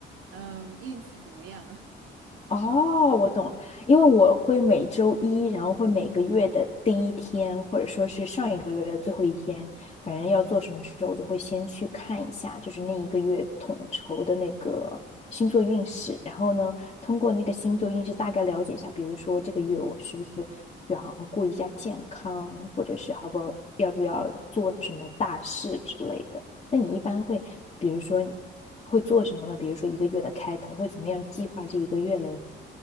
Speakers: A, on the right (about 80°); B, on the left (about 30°).
A: 嗯，运气怎么样。
B: 哦，我懂了，因为我会每周一，然后会每个月的第一天，或者说是上一个月的最后一天，反正要做什么事，我就会先去看一下，就是那一个月统筹的那个星座运势，然后呢，通过那个星座运势大概了解一下，比如说这个月我是不是要好好顾一下健康，或者是好不好，要不要做什么大事之类的。那你一般会，比如说会做什么呢？比如说一个月的开头会怎么样计划这一个月嘞？